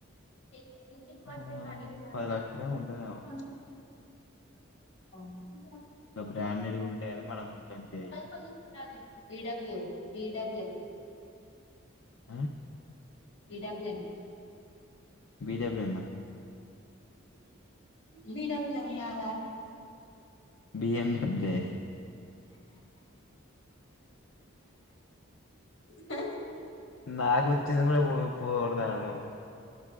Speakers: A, on the left; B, on the left.
A: ఎట్ పట్
B: ఆ
A: అడిగింటా
B: ఒక పది లక్షలేమో ఉంటదేమో
A: అ మంట
B: గా బ్రాండేడ్ కూడా ఉంటాయని మనం కొనలే అంతే
A: అది ఒకలు తీసుకోరాదే డి డబ్లు్ నీ డబ్బులే
B: ఆ
A: నీ డబ్బులు ఎన
B: బి డబ్ల్యూ ఎమ్ ఆ
A: బి డబ్ల్ ఎమ్ కదా
B: బిఎండబ్ల్యూ
A: అ
B: నాకొచ్చింది కూడా పో పోగొడ్తనావ్ నువు